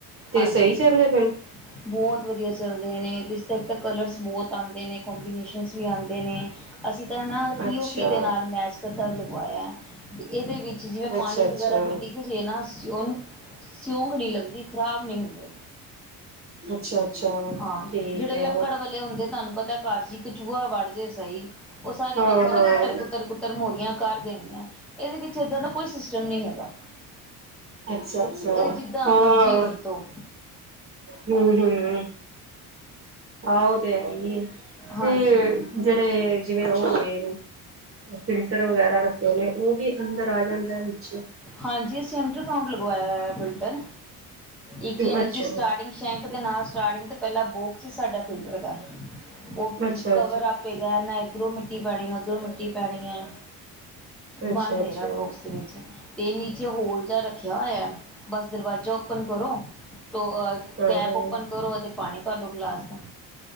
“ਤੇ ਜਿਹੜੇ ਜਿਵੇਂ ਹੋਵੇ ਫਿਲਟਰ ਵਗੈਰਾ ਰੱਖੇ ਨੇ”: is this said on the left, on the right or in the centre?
Right